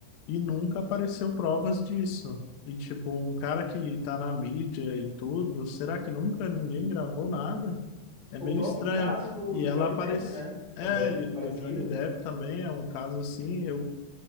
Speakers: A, on the left; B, in the centre.
A: e nunca apareceu provas disso. E, tipo, um cara que tá na mídia e tudo, será que nunca ninguém gravou nada? É
B: O
A: meio
B: próprio
A: estranho.
B: caso do,
A: E
B: do
A: ela
B: Johnny
A: aparece.
B: Depp, né?
A: É,
B: Também,
A: e do
B: parecido.
A: Johnny Depp também é um caso assim. Eu